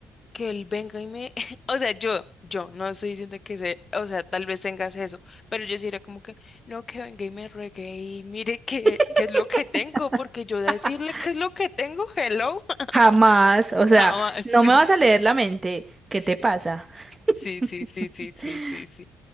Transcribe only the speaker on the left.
que él venga y me, <laughs> o sea, yo, yo, no estoy diciendo que se, o sea, tal vez tengas eso, pero yo sí era como que, no, que venga y me ruegue y mire qué,
qué es lo que tengo, porque yo decirle
qué es lo que tengo, hello, <laughs>
jamás,
sí,
sí,
sí, sí, sí, sí, sí, sí, sí.